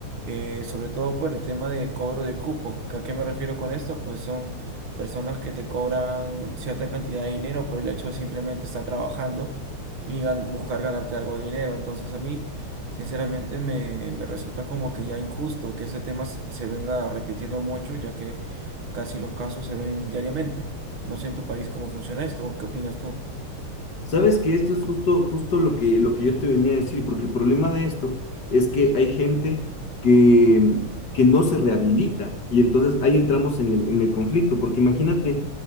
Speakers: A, on the right; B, on the left.
A: eh, sobre todo por el tema de cobro de cupos. ¿A qué me refiero con esto? Pues son personas que te cobran cierta cantidad de dinero por el hecho de simplemente estar trabajando y gan- buscar ganarte algo de dinero. Entonces a mí, sinceramente, me, me resulta como que ya injusto que este tema se, se venga repitiendo mucho, ya que casi los casos se ven diariamente. No sé en tu país cómo funciona esto, o ¿qué opinas tú?
B: Sabes que esto es justo, justo lo que, lo que yo te venía a decir, porque el problema de esto es que hay gente que, que no se rehabilita y entonces ahí entramos en el, en el conflicto, porque imagínate